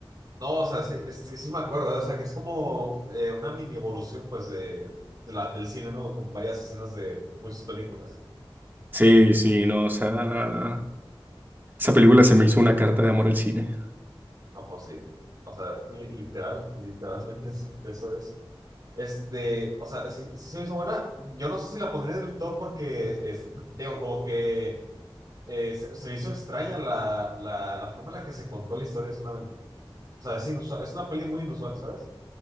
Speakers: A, on the right; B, on the right.
A: No, o sea, sí, sí, sí me acuerdo, ¿eh? O sea, que es como eh, una mini evolución, pues, de, de la, del cine, ¿no? Con varias escenas de muchas películas.
B: Sí, sí, no, o sea, esa película se me hizo una carta de amor al cine.
A: No, pues sí. O sea, li- literal, literalmente <laughs> eso, eso es. Este, o sea, si si se me hizo buena. Yo no sé si la pondría en el top porque, este, te digo, como que eh, se, se me hizo extraña la, la, la forma en la que se contó la historia solamente. O sea, es inusual, es una peli muy inusual, ¿sabes?